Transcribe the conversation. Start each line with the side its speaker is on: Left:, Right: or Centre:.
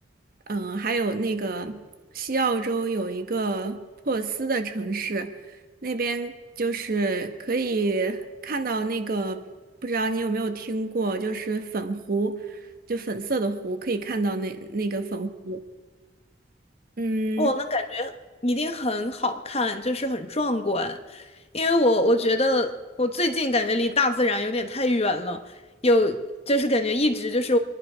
Right: 嗯，呃还有那个西澳洲有一个珀斯的城市，那边就是可以看到那个，不知道你有没有听过，就是粉湖，就粉色的湖，可以看到那那个粉湖。嗯，
Left: 哇，那感觉一定很好看，就是很壮观。因为我我觉得我最近感觉离大自然有点太远了，有就是感觉一直就是